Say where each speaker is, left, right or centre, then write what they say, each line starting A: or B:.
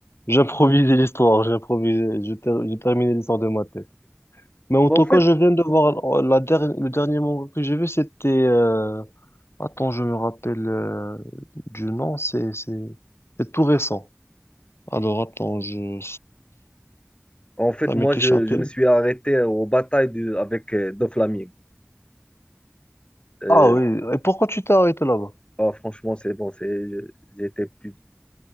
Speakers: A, on the left; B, on the left.
A: J'ai improvisé l'histoire, j'ai improvisé, j'ai ter- j'ai terminé l'histoire de ma tête. Mais en
B: Bon,
A: tout
B: en fait,
A: cas, je viens de voir euh, la dernière, le dernier manga que j'ai vu, c'était euh, Attends, je me rappelle euh, du nom, c'est c'est c'est tout récent. Alors attends, je
B: en fait,
A: ça m'est
B: moi, je,
A: échappé.
B: je me suis arrêté euh, aux batailles du, avec euh, Doflamingo. Euh,
A: Ah oui, et pourquoi tu t'es arrêté là-bas?
B: Ah, franchement, c'est bon, c'est, j'étais plus,